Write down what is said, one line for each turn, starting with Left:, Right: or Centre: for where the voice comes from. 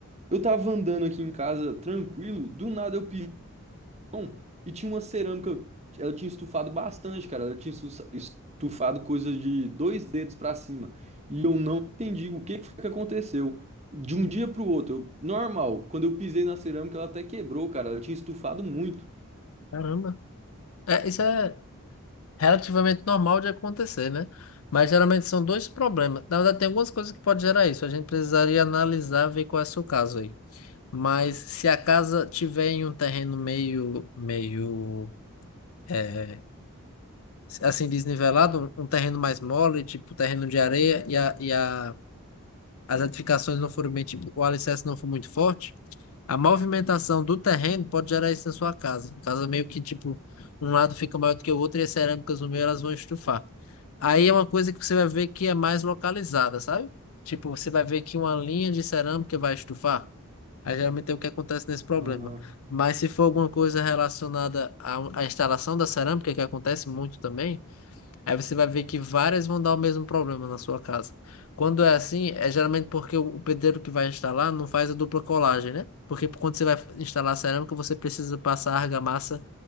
Right: Eu tava andando aqui em casa tranquilo, do nada eu pisei no chão e tinha uma cerâmica. Ela tinha estufado bastante, cara. Ela tinha estu- estufado coisa de dois dedos pra cima. E eu não entendi o que que foi que aconteceu. De um dia pro outro, eu- normal. Quando eu pisei na cerâmica, ela até quebrou, cara. Ela tinha estufado muito.
Left: Caramba. É, isso é relativamente normal de acontecer, né? Mas geralmente são dois problemas. Na verdade, tem algumas coisas que pode gerar isso. A gente precisaria analisar, ver qual é o seu caso aí. Mas se a casa tiver em um terreno meio, meio é, assim desnivelado, um um terreno mais mole, tipo terreno de areia e a, e a as edificações não forem bem, tipo, o alicerce não for muito forte, a movimentação do terreno pode gerar isso na sua casa. Casa meio que, tipo, um lado fica maior do que o outro e as cerâmicas no meio elas vão estufar. Aí é uma coisa que você vai ver que é mais localizada, sabe? Tipo, você vai ver que uma linha de cerâmica vai estufar. Aí geralmente é o que acontece nesse problema.
Right: Ah,
Left: Mas se for alguma coisa relacionada à, à instalação da cerâmica, que acontece muito também, Aí você vai ver que várias vão dar o mesmo problema na sua casa. Quando é assim, é geralmente porque o o pedreiro que vai instalar não faz a dupla colagem, né? Porque quando você vai instalar cerâmica, você precisa passar a argamassa